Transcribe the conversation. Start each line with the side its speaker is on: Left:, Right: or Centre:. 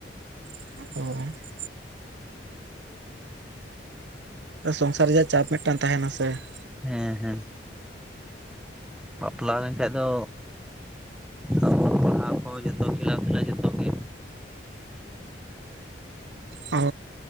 Right: <unintelligible> ᱥᱚᱝᱥᱟᱨ ᱨᱮᱭᱟᱜ ᱪᱟᱯ ᱢᱤᱫᱴᱟᱝ ᱛᱟᱦᱮᱸᱱᱟ ᱥᱮ ᱾
Centre: ᱦᱮᱸ ᱦᱮᱸ ᱵᱟᱯᱞᱟ ᱞᱮᱱᱠᱷᱟᱡ ᱫᱚ ᱟᱵᱚ ᱯᱟᱲᱦᱟᱣ ᱠᱚ ᱡᱚᱛᱷᱚ ᱠᱷᱮᱞᱟ ᱯᱷᱮᱞᱟ ᱡᱚᱛᱷᱚ ᱜᱮ᱾
Right: ᱚᱻ